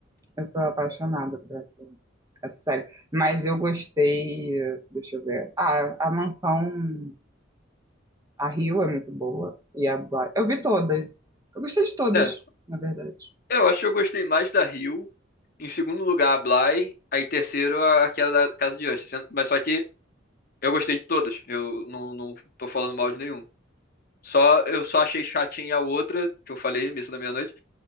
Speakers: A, on the right (about 20°); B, on the left (about 50°).
A: Eu sou apaixonada por essa, essa série. Mas eu gostei, deixa eu ver. Ah, a Mansão, a Rio é muito boa. E a Bly. Eu vi todas. Eu gostei de todas,
B: É.
A: na verdade.
B: Eu acho que eu gostei mais da Rio. Em segundo lugar, a Bly. Aí terceiro, a- aquela da Casa de Usher. Mas só que eu gostei de todas. Eu não, não tô falando mal de nenhum. Só, eu só achei chatinha a outra, que eu falei, Missa da Meia-Noite.